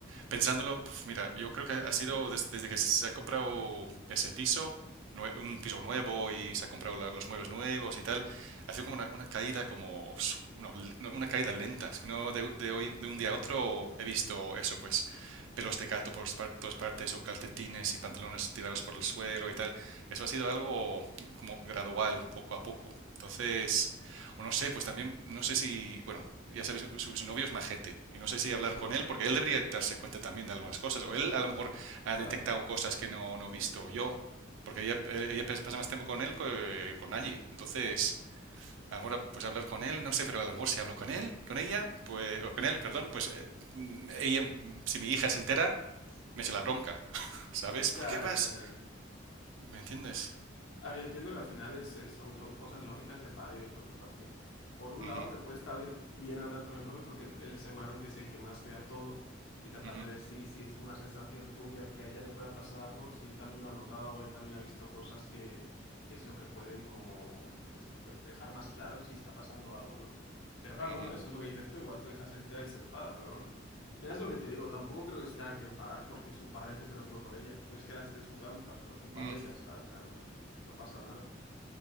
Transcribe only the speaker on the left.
Sí,
claro.
Ya,
ya, ya.
A ver, yo entiendo que al final es, eh, son, son cosas lógicas de padre y de preocupación. Por un
lado, hombre, puede estar bien bien hablar con el novio porque él seguramente es el que más vea todo y tratar
de ver si, si es una sensación tuya que a ella le pueda pasar algo, si él también lo ha notado, o él también ha visto cosas que, que es eso que pueden como pues, pues dejar más claro si está pasando algo o no. Pero claro,
bueno, eso es lo que dices tú, igual tu hija se entera y se enfada, pero bueno. Al final es lo que te digo, tampoco creo que se tenga que enfadar porque su padre se preocupe por ella. No es que la estés juzgando, estás preocupado
y ya está, o sea, no. No pasa nada.